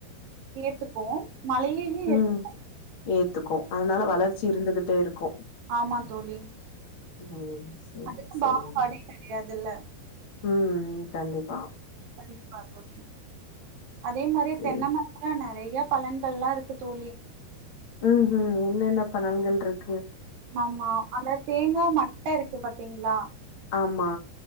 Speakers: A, on the right; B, on the left.
A: ஏத்துக்கு மழையையு
B: ம்
A: ஏத்துக்கு
B: ஏத்துக்கு அதனால வளர்ச்சி இருந்துகிட்டே இருக்கு
A: ஆமா தோழி
B: ம் செரி
A: அதுக்கு
B: செரி
A: பாகுபாடே கெடையாதுல்ல
B: ம் கண்டிப்
A: கண்டிப்பா தோழி அதே மாரி
B: செரி
A: தென்ன மரத்துல நெ றையா பலன்கள்லா இருக்கு தோழி
B: ம் ம் என்னென்ன பலன்கள்ருக்கு
A: ஆமா அந்த தேங்கா மட்ட இருக்கு பாத்திங்ளா
B: ஆமா